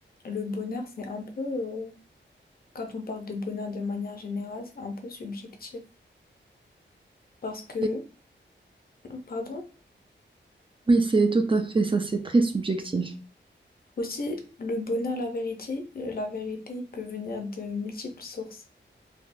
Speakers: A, on the left; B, on the right.
A: le bonheur, c'est un peu, euh, quand on parle de bonheur de manière générale, c'est un peu subjectif. Parce que,
B: Et
A: pardon,
B: oui, c'est tout à fait ça, c'est très subjectif.
A: aussi, le bonheur, la vérité, euh, la vérité, il peut venir de multiples sources.